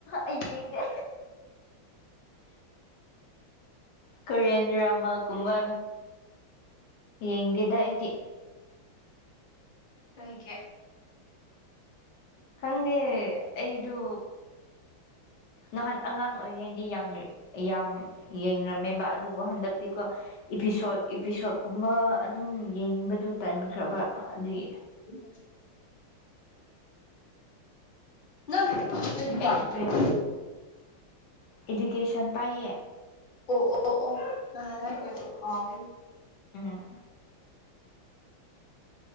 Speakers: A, on the left; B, on the left.
A: ꯑꯩ ꯌꯦꯡꯗꯦ ꯀꯔꯤꯌꯥꯟꯗ꯭ꯔꯃꯒꯨꯝꯕ ꯌꯦꯡꯗꯦꯗ ꯑꯩꯗꯤ
B: ꯀꯩꯒꯤ
A: ꯈꯪꯗꯦ ꯑꯩꯗꯨ ꯅꯍꯥꯟ ꯑꯉꯥꯡ ꯑꯣꯏꯔꯤꯉꯩꯗꯤ ꯌꯥꯡ ꯌꯥꯝ ꯌꯦꯡꯔꯝꯃꯦꯕ ꯑꯗꯨꯕꯨ ꯍꯟꯗꯛꯇꯤꯀꯣ ꯏꯄꯤꯁꯣꯠ ꯏꯄꯤꯁꯣꯠꯀꯨꯝꯕ ꯑꯗꯨꯝ ꯌꯦꯡꯕꯗꯨ ꯇꯟꯈ꯭ꯔꯕ ꯑꯗꯨꯒꯤ
B: <unintelligible> ꯅꯪ ꯀꯩ ꯗꯤꯄꯥꯔꯠꯃꯦꯟꯅꯣ
A: ꯑꯩꯗꯤ ꯏꯖꯨꯀꯦꯁꯟ ꯄꯥꯏꯌꯦ
B: ꯑꯣ ꯑꯣ ꯑꯣ ꯉꯍꯥꯟ ꯍꯥꯏꯈ꯭ꯔꯦꯀꯣ ꯀꯥꯎꯏ
A: ꯎꯝ